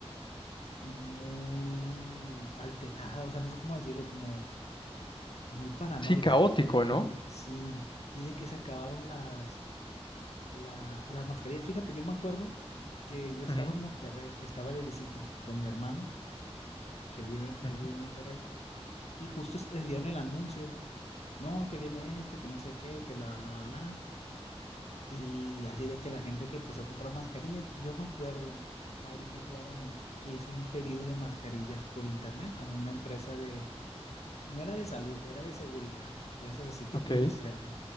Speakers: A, on the left; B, on the left.
A: muy alterada, o sea, no sé cómo decirlo, como muy paranoica,
B: Sí, caótico,
A: como muy paranoica,
B: ¿no?
A: sí, y de que se acabaron las, la- las mascarillas. Fíjate, yo me acuerdo que yo estaba
B: Ujú,
A: en Monterrey, estaba de visita con mi hermano, que él vive, que
B: ujú.
A: él vive en Monterrey, y justo est- eh, dieron el anuncio, no, que viene esto, y que no sé qué, que bla, bla, bla, y así de que la gente que empezó a comprar mascarillas, yo me acuerdo, Mauricio, claramente, que hice un pedido de mascarillas por internet a una empresa de, no era de salud, era de seguridad, de esas así tipo
B: Ok,
A: industrial.